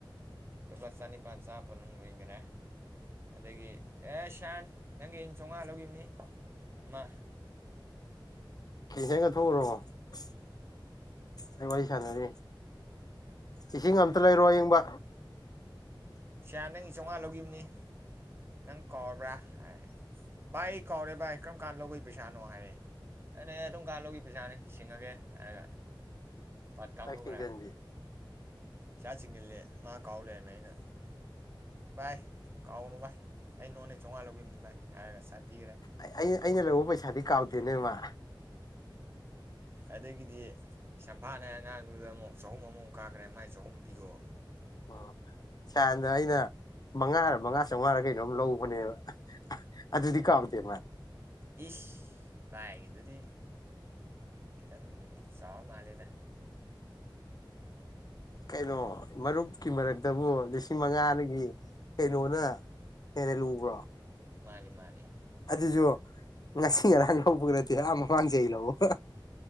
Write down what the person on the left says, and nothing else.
<unintelligible> ꯑꯩ ꯋꯥꯔꯤ ꯁꯅꯔꯤ꯫ ꯏꯁꯤꯡ ꯑꯝꯇ ꯂꯩꯔꯣ ꯑꯥꯌꯤꯡꯕ꯫
ꯆꯥꯛ ꯊꯤꯡꯖꯤꯟꯕꯤ
ꯑꯩꯅ ꯑꯩꯅ ꯂꯧꯕ ꯄꯩꯁꯥꯗꯤ ꯀꯥꯎꯗꯦ ꯅꯦꯃꯥ
ꯑꯣ ꯁꯥꯟꯗꯣꯑꯩꯅ ꯃꯉꯥꯔ ꯃꯉꯥ ꯆꯧꯉꯔ ꯀꯩꯅꯣꯝ ꯂꯧꯕꯅꯦꯕ ꯑꯗꯨꯗꯤ ꯀꯥꯎꯗꯦ ꯃꯥ꯫
ꯀꯩꯅꯣ ꯃꯔꯨꯞꯀꯤ ꯃꯔꯛꯇꯕꯨ ꯂꯤꯁꯤꯡ ꯃꯉꯥꯗꯒꯤ ꯀꯩꯅꯣꯅ ꯍꯦꯔ ꯂꯨꯕ꯭ꯔꯣ?
ꯁꯤꯁꯨ ꯉꯁꯤ ꯉꯔꯥꯡ ꯂꯧꯕꯒ ꯅꯠꯇꯦ ꯑꯥ ꯃꯃꯥꯡ ꯆꯍꯤ ꯂꯣꯕ꯫